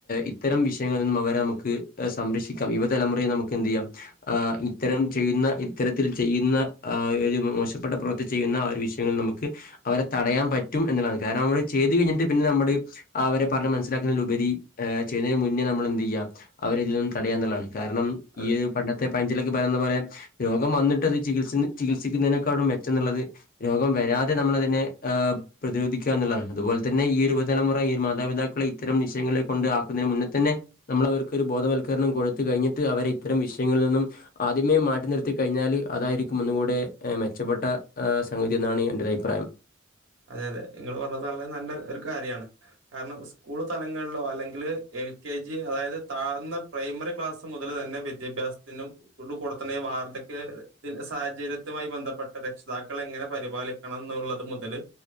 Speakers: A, on the left; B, on the right.
A: ഇത്തരം വിഷയങ്ങളിൽ നിന്നും അവരെ നമുക്ക് സംര ക്ഷിക്കാം യുവതലമുറയെ നമുക്ക് എന്ത് ചെയ്യാം ഇത്തരം ചെയ്യുന്ന ഇത്തരത്തിൽ ചെയ്യുന്ന ആ മോശപ്പെട്ട പ്രവർത്തി ചെയ്യുന്ന ആ ഒരു വിഷയങ്ങൾ നമുക്ക് അവരെ തടയാൻ പറ്റും എന്നുള്ളതാണ് കാരണം അവർ ചെയ്ത് കഴിഞ്ഞിട്ട് പിന്നെ നമ്മള് അവരെ പറഞ്ഞ് മനസ്സിലാക്കുന്നതിൽ ഉപരി ചെയ്തതിന് മുന്നേ നമ്മൾ എന്ത് ചെയ്യുക അവരെ ഇതിൽ നിന്ന് തടയാൻ എന്നുള്ളതാണ് കാരണം
B: അത്
A: ഈ ഒരു പണ്ടത്തെ പഞ്ചിലൊക്കെ പറയുന്ന പോലെ രോഗം വന്നിട്ട് അത് ചികിത്സ ചികിത്സിക്കുന്നതിനേക്കാളും മെച്ചം എന്നുള്ളത് രോഗം വരാതെ നമ്മളതിനെ പ്രതിരോധിക്കുക എന്നുള്ളതാണ് അതുപോലെ ത തന്നെ ഈ ഒരു യുവതലമുറ ഈ മാതാപിതാക്കളെ ഇത്തരം വിഷയങ്ങളെ കൊണ്ട് ആക്കുന്നേന് മുന്നെ തന്നെ നമ്മള് അവർക്ക് ഒരു ബോധവൽക്കരണം വൽക്കരണം കൊടുത്തു കഴിഞ്ഞിട്ട് അവരെ ഇത്തരം വിഷയങ്ങളിൽ നിന്നും ആദ്യമേ മാറ്റി നിർത്തി കഴിഞ്ഞാൽ അതായിരിക്കും ഒന്ന് കൂടെ മെച്ചപ്പെട്ട സംഗതി എന്നാണ് എന്റെ ഒരു അഭിപ്രായം
B: അതെ അതെ നിങ്ങൾ പറഞ്ഞത് വളരെ നല്ല ഒരു കാര്യമാണ് കാരണം സ്കൂൾ തലങ്ങളിലോ അല്ലെങ്കി എൽ കെ ജി അതായത് താഴ്ന്ന പ്രൈമറി ക്ലാസ് മുതൽ തന്നെ വിദ്യാഭ്യാസത്തിനും <unintelligible> കൊടുത്ത <unintelligible> <unintelligible> സാഹചര്യത്തുമായി ബന്ധപ്പെട്ട രക്ഷിതാക്കൾ എങ്ങനെ പരിപാലിക്കണം എന്നുള്ളത് മുതല്